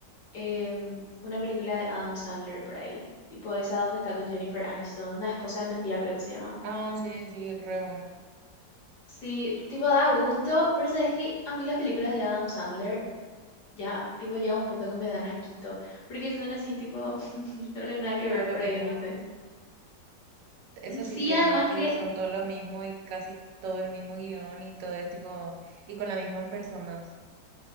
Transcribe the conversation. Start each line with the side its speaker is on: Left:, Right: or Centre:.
Left: em, una película de Adam Sandler por ahí. Tipo esa donde está con
Right: Mm.
Left: Jennifer Aniston, una esposa de mentira creo que se llama.
Right: Ah, sí, sí, re bueno.
Left: Sí, tipo da gusto, pero sabes que a mí las películas de Adam Sandler ya, tipo llega un punto que me dan asquito, porque son así tipo <laughs> re nada que
Right: Todo
Left: ver
Right: lo
Left: por
Right: mismo.
Left: ahí, ¿entendés?
Right: Eso
Left: Mm, Sí,
Right: sí tiene
Left: además
Right: que
Left: que,
Right: son todo lo mismo y casi todo el mismo guión y todo es tipo, y con las mismas personas.